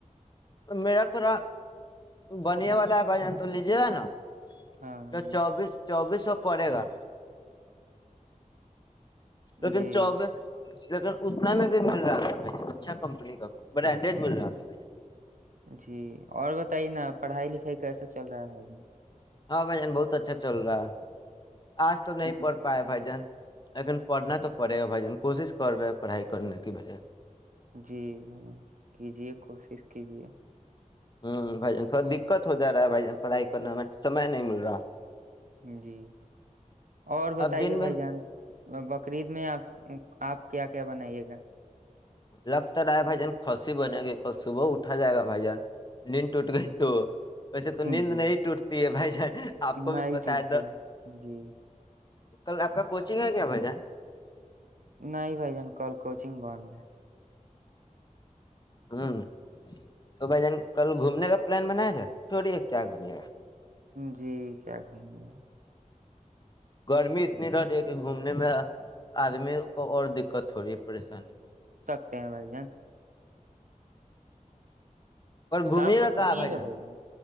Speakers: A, on the left; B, on the right.
A: میرا تھوڑا بنیا والا ہے بھ جان تو لیجے گا نا
B: ہاں
A: تو
B: جی
A: چوبیس چوبیس س پڑے گا تویکن
B: جی
A: چاب لیکن اتنا میں بھی مل رہا تھا اچھا کمپنی کا برانڈیڈ مل رہا تھاے
B: جی اور بتائیے نا پڑھائی لکھائی کیسا چل رہا ہے
A: ہاں بھائی جان بہت اچھا چل رہا ہے آج تو نہیں
B: کتنی
A: پڑھ پایا بھائی جان لیکن پڑھنا تو پڑے گ بائی جن کوشش کر رہے پڑھائی کرنے کی بھجیا
B: جی بھ کیجیے کوشش کیجے
A: ہوں بھائی جان تھوڑا دقت ہو جا رہا ہے بھائی جان پڑھائی کرنے میں سمے نہیں مل رہا
B: جی اور بتائیے
A: اب دن
B: بھائی
A: میں
B: جان بقرید میں آپ آپ کیا کیا بنائیے گا
A: لگتا رہا ہے بھائی جان خھسی بنے گی ک صبح اٹھا جائے گا بھائی جان نیند ٹوٹ گئی تو ویسے تو نیند
B: جی
A: نہیں ٹوٹتی ہے بھائی ج آپ
B: نہیں
A: کو بھی پتا
B: ٹوٹتی
A: ہے
B: جی
A: کل آپ کا کوچنگ ہے کیا بجہ
B: نہیںائ بائی جان کال کوچنگ بند
A: ہوں تو بھائی جان کل گھومنے کا پلان بنایا تھاائے چھوڑی کیا گھومے گا
B: جی کیا گھومنی ہے
A: گرمی اتنی رہ رہی ہے کہ گھومنے میں آدمی کو اور دقت ہو رہی ہے پریشانی
B: پین بھائی جان
A: اور گھومے
B: شام کو
A: گا کہاں
B: گھمیے
A: بھائیان
B: بھائی جان